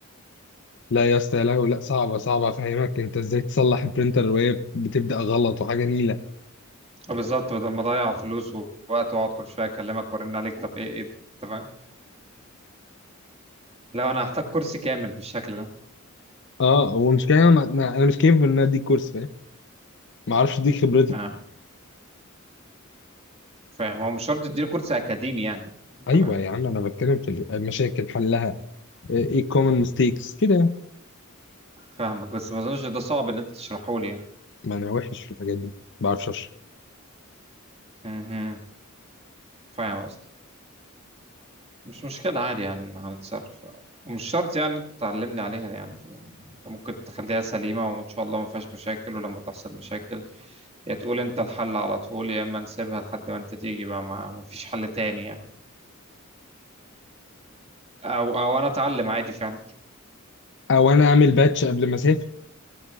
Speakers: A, on the left; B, on the right.
A: لا يا اسطى يا لهوي لا صعبه صعبه افهمك انت ازاي تصلح البرينتر وهي بتبدا غلط وحاجه نيله
B: آه، بالظبط بدل ما اضيع فلوس ووقت واقعد كل شوية اكلمك وارن عليك طب ايه ايه انت فاهم لو انا هحتاج كرسي كامل بالشكل ده
A: اه هو مش كده انا ما- ما- انا مش كيف ان انا اديك كورس فاهم ما اعرفش اديك خبرتي
B: آه، فاهم هو مش شرط تديني كرسي اكاديمي يعني انت
A: ايوه
B: فاهم
A: يا عم انا بتكلم في المشاكل حلها ايه الكومن ميستيكس كده يعني.
B: فاهمك بس ما اظنش ده صعب ان انت تشرحه لي يعني
A: ما انا وحش في الحاجات دي ما بعرفش اشرح
B: مهم. فاهم قصدي مش مشكلة عادي يعني هنتصرف ومش شرط يعني انت تعلمني عليها يعني انت ممكن تخليها سليمة وان شاء الله ما فيهاش مشاكل ولما تحصل مشاكل يا تقول انت الحل على طول يا اما نسيبها لحد ما انت تيجي بقى ما ما فيش حل تاني يعني او او انا اتعلم عادي فعلا
A: او انا اعمل باتش قبل ما اسافر